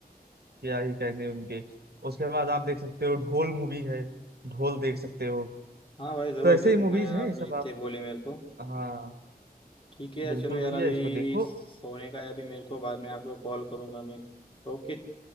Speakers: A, on the right (about 80°); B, on the left (about 30°).
A: क्या ही कहने उनके उसके बाद आप देख सकते हो ढोल मूवी है ढोल देख सकते हो
B: हाँ भाई जरूर
A: तो ऐसे
B: देखूंगा
A: ही मूवीज
B: यार
A: हैं
B: आपने
A: ये सब
B: इतने
A: आप
B: बोले मेरे को
A: हाँ
B: ठीक है यार
A: बिल्कुल
B: चलो यार
A: भैया
B: अभी
A: इसको देखो
B: सोने का है अभी मेरे को बाद में आपको कॉल करूंगा मैं ओके